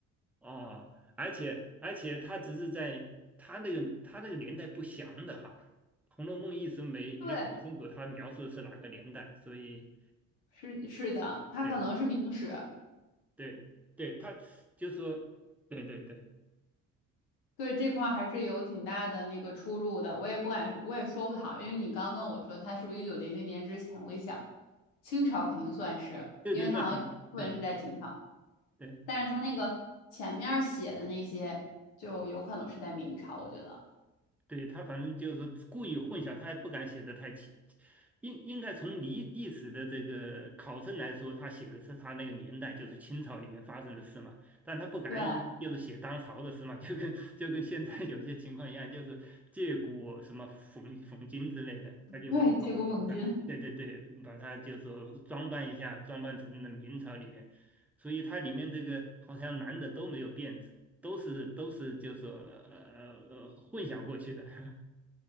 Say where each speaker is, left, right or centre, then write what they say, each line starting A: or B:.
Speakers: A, in the centre; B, on the left.
A: 啊，而且而且他只是在他那个他那个年代不详的哈，《红楼梦》一直没没搞清楚他描述的是哪个年代，
B: 对，
A: 所以
B: 是是的，他可能是明史，
A: 对对对，他就说对对对
B: 对，这块儿还是有挺大的那个出入的，我也不敢，我也说不好，因为你刚问我说他是不是一九零零年之前，我一想，清朝肯定算是，
A: 对对，
B: 因为它好像有一部分是在清朝，
A: 那肯定对对。
B: 但是它那个前面儿写的那些就有可能是在明朝，我觉得，
A: 对，他反正就是故意混淆，他也不敢写的太清。应应该从历历史的这个考证来说，他写的是他那个年代，就是清朝里面发生的事嘛。但他不敢就是写当朝的事嘛，
B: 对
A: <laughs> 就跟就跟现在有些情况一样，就是借古什么讽讽今之类的，他就把它啊对对对，
B: 对，借古讽今，
A: 把它就说装扮一下，装扮成了明朝里面。所以它里面这个好像男的都没有辫子。都是都是就是说呃呃混淆过去的。<laughs>